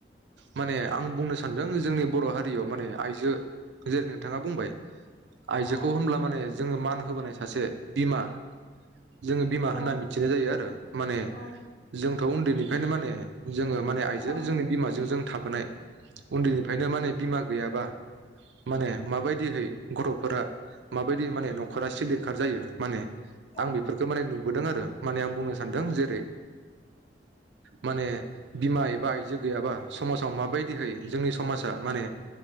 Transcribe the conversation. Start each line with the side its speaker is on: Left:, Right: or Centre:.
Right: माने आं बुंनो सानदों जोंनि बर' हारियाव माने आइजो जेरै नोंथाङा बुंबाय। आयजोखौ
Left: औ
Right: होनब्ला माने जोङो मान होबोनाय सासे बिमा जोङो बिमा
Left: औ
Right: होनना मिथिनाय जायो आरो। माने।
Left: औ
Right: जोंथ' उन्दैनिफ्रायनो माने। जोङो माने आइजो
Left: औ
Right: जोंनि बिमाजों जों थाबोनाय उन्दैनिफ्रायनो माने बिमा गैयाबा माने माबायदिहै गथ'फोरा माबायदि माने न'खरा सिलिंखार जायो माने।
Left: औ
Right: आं बेफोरखौ माने नु नुबोदों आरो माने आं बुंनो। सानदों जैरै माने बिमा एबा आइजो गैयाबा समाजाव माबायदिहै जोंनि समाजा माने